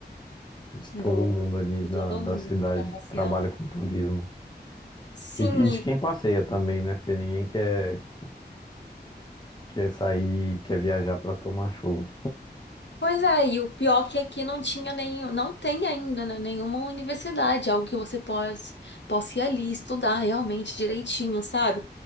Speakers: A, on the left; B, on the left.
A: de
B: do,
A: todo mundo ali
B: do
A: da,
B: todo
A: da
B: mundo
A: cidade
B: que tá passeando.
A: que trabalha com turismo.
B: Sim,
A: E, e de quem passeia também, né? Porque ninguém quer, quer sair, quer viajar para tomar chuva.
B: Pois é, e o pior que aqui não tinha nenhum, não tem ainda, né, nenhuma universidade, algo que você pode, possa ir ali estudar realmente direitinho, sabe?